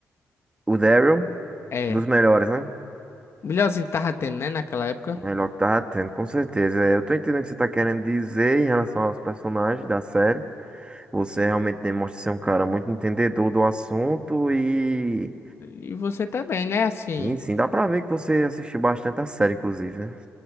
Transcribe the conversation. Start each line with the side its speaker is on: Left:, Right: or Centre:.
Right: O Daryl?
Left: É.
Right: Dos melhores, né?
Left: O melhorzinho que tava tendo, né, naquela época.
Right: Melhor que tava tendo, com certeza. É, Eu tô entendendo o que você tá querendo dizer em relação aos personagens da série. Você realmente demonstra ser um cara muito entendedor do assunto e,
Left: E você também, né, assim.
Right: e sim, dá pra ver que você assistiu bastante a série, inclusive, né?